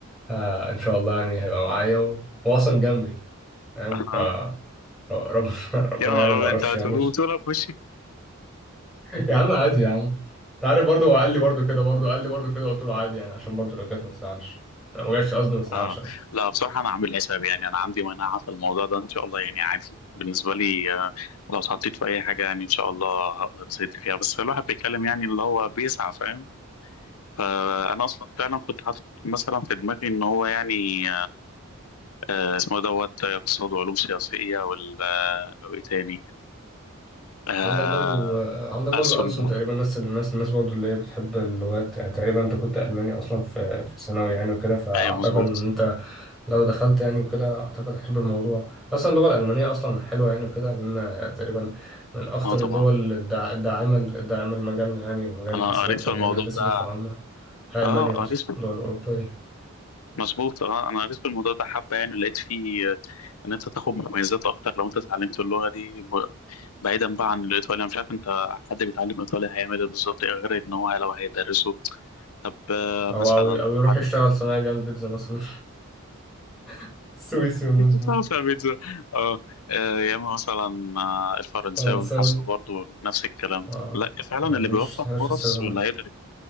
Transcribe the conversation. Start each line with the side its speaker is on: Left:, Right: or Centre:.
Centre: آه ان شاء الله يعني هيبقى معايا وهو اصلا جنبي فاهم
Left: اه
Centre: ف ربنا <laughs> ربنا
Left: يا نهار
Centre: يعني ما
Left: أبيض،
Centre: قررش
Left: انت
Centre: يعني
Left: بتقولها
Centre: بس.
Left: في وشي
Centre: يا عم عادي يا عم انت عارف برضه هو قال لي برضه كده برضه قال لي برضه كده قلت له عادي يعني عشان برضه لو جت ما تزعلش لو ما جاتش قصدي ما تزعلش
Left: اه
Centre: قصدي
Left: لا بصراحة أنا عامل حساب يعني أنا عندي مناعة في الموضوع ده إن شاء الله يعني عادي بالنسبة لي آه، لو اتحطيت في أي حاجة يعني إن شاء الله هقدر أسد فيها بس الواحد بيتكلم يعني اللي هو بيسعى فاهم فأنا أصلا فعلا كنت حاطط مثلا في دماغي إن هو يعني آه، اسمه دوت آه، اقتصاد وعلوم سياسية وال آه، وإيه تاني آه،
Centre: عندك برضو آه، عندك برضو
Left: ألسن
Centre: ألسن تقريبا ناس الناس الناس برضو اللي هي بتحب اللغات يعني تقريبا انت كنت ألماني أصلا في في ثانوي يعني وكده فأعتقد
Left: أيوه مظبوط
Centre: إن انت لو دخلت يعني وكده أعتقد هتحب الموضوع أصلا اللغة الألمانية أصلا حلوة يعني وكده لأن تقريبا من أخطر
Left: أه طبعا
Centre: الدول الداع- الداعمة الداعمة لمجالنا يعني ومجال
Left: أنا
Centre: الحاسبات
Left: قريت في
Centre: ومجال
Left: الموضوع
Centre: الهندسة
Left: ده
Centre: بصفة عامة هي
Left: أه
Centre: ألمانيا
Left: قريت
Centre: أصلا
Left: في
Centre: دول أوروبية
Left: مظبوط اه انا قريت في الموضوع ده حبه يعني لقيت فيه آه، ان انت تاخد مميزات اكتر لو انت اتعلمت اللغه دي ب- بعيدا بقى عن الايطالي انا مش عارف انت حد بيتعلم ايطالي هيعمل ايه بالظبط إيه غير ان هو لو هيدرسه طب آه،
Centre: أو
Left: مثلا
Centre: أو
Left: لو
Centre: أو يروح
Left: حد
Centre: يشتغل صنايعي بيعمل بيتزا مثلا <laughs> سويسي
Left: <laughs>
Centre: والناس دول
Left: تعرف يا بيتزا اه آه، يا اما مثلا آه، الفرنساوي
Centre: فرنساوي
Left: حاسه برضه نفس الكلام
Centre: اه
Left: لا فعلا
Centre: ما
Left: اللي
Centre: ملوش
Left: بيوفر
Centre: ملوش
Left: فرص
Centre: استخدامات
Left: واللي هيدرس